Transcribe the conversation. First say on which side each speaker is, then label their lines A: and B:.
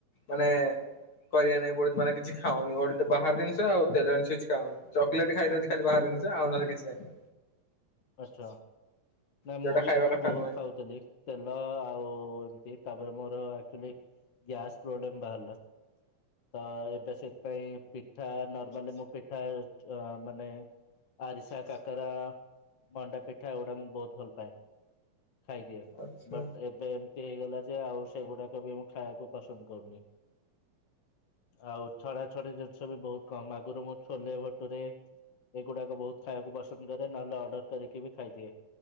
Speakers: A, on the left; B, on the left.
A: ମାନେ କରିବା ନାାଇଁ ବ ମାନେ କିଛି ଖାଉନି ଓ ବାହାର ଜିନିଷ ଆଉ ତେଲ ଜିନିଷ କିଛି ଖାଉନି। ଚକଲେଟ୍ ଖାଇଦିଅନ୍ତି ଖାଲି ବାହାର ଜିନିଷ ଆଉ ନହଲେ କିଛି ନାହିଁ।
B: ଆଛା ନାଇ
A: ଯୋଉଟା
B: ମୁଁ ବି
A: ଖାଇବା
B: ଆଗରୁ
A: କଥା
B: ବହୁତ
A: ନୁହେଁ
B: ଖାଉଥିଲି। ତେଲ ଆଉ ଏମତି ତାପରେ ମୋର ଆକଚୁଆଲି ଗ୍ୟାସ୍ ପ୍ରୋବ୍ଲେମ ବାହାରିଲା ତ ଏବେ ସେଥିପାଇଁ ପିଠା ନର୍ମାଲି ମୁଁ ପିଠା ମାନେ ଆରିସା କାକରା ମଣ୍ଡା ପିଠା ଏଗୁଡା ମୁଁ ବହୁତ ଭଲ ପାାଏ। ଖାଇଦିଅ।
A: ଆଚ୍ଛା
B: ବଟ ଏବେ ଏମିତି ହେଇଗଲା ଯେ ଆଉ ସେଗୁଡାକ ବି ମୁଁ ଖାଇବାକୁ ପସନ୍ଦ କରୁନି। ଆଉ ଛଣା ଛଣି ଜିନିଷ ବି ବହୁତ କମ ଆଗରୁ ମୁଁ ଛୋଲେ ଭଟୁରେ ଏଗୁଡାକ ବହୁତ ଖାଇବାକୁ ପସନ୍ଦ କରେ ନହେଲେ ଅର୍ଡର କରିକି ବି ଖାଇଦିଏ।